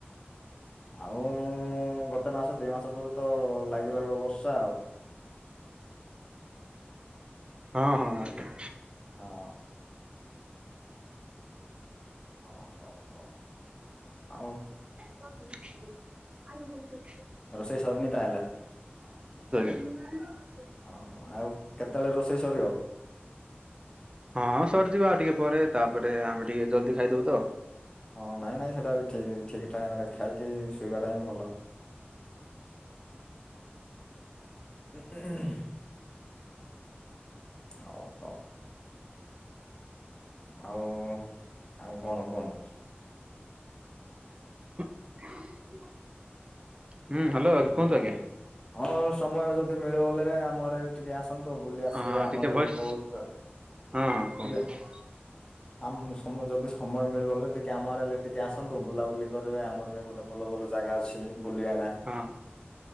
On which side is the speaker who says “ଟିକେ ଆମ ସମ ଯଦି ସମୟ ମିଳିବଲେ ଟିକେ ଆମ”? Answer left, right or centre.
Left